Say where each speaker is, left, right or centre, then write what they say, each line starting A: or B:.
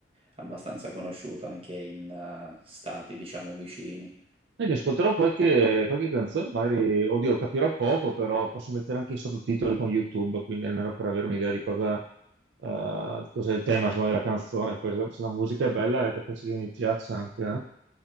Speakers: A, on the right (about 35°); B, on the right (about 70°).
A: abbastanza conosciuto anche in eh, stati, diciamo, vicini.
B: E mi ascolterò qualche, qualche canzone, magari, oddio, capirò poco, però posso mettere anche i sottotitoli con YouTube, quindi almeno per avere un'idea di cosa, eh, di cosa è il tema, insomma, della canzone. Poi, se la musica è bella, è capace che mi piaccia anche. eh.